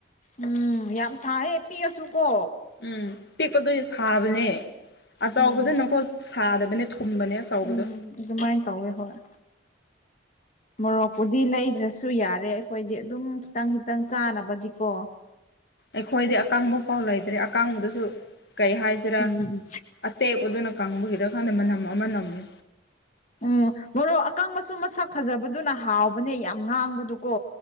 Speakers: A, on the left; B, on the left.
A: ꯎꯝ ꯌꯥꯝ ꯁꯥꯔꯦ ꯄꯤꯛꯑꯁꯨ ꯀꯣ
B: ꯎꯝ ꯄꯤꯛꯄꯗ ꯁꯥꯕꯅꯦ
A: ꯎꯝ
B: ꯑꯆꯕꯗ ꯅꯀꯣ ꯁꯥꯗꯕꯅꯦ ꯊꯨꯝꯕꯅꯦ ꯑꯆꯧꯕꯗꯣ
A: ꯎꯝ ꯑꯗꯨꯃꯥꯏꯅ ꯇꯧꯋꯦ ꯍꯣꯔ ꯃꯣꯔꯣꯛꯄꯨꯗꯤ ꯂꯩꯗ꯭ꯔꯁꯨ ꯌꯥꯔꯦ ꯑꯩꯈꯣꯏꯗꯤ ꯑꯗꯨꯝ ꯈꯤꯇꯪ ꯈꯤꯇꯪ ꯆꯥꯅꯕꯗꯤꯀꯣ <inaudible>
B: ꯑꯩꯈꯣꯏꯗꯤ ꯑꯀꯥꯡꯕ ꯄꯥꯎ ꯂꯩꯇ꯭ꯔꯦ ꯑꯀꯥꯡꯕꯗꯨꯁꯨ ꯀꯩ ꯍꯥꯏꯁꯤꯔꯥ
A: ꯎꯝ ꯎꯝ
B: ꯑꯇꯦꯛꯄꯗꯨꯅ ꯀꯪꯕꯒꯤꯔ ꯀꯥꯟꯗ ꯃꯅꯝ ꯑꯃ ꯅꯝꯃꯤ
A: ꯎꯝ ꯃꯣꯔꯣꯛ ꯑꯀꯪꯕꯁꯨ ꯃꯁꯛ ꯐꯖꯕꯗꯨꯅ ꯍꯥꯎꯕꯅꯦ ꯌꯥꯝ ꯉꯥꯡꯕꯗꯨꯀꯣ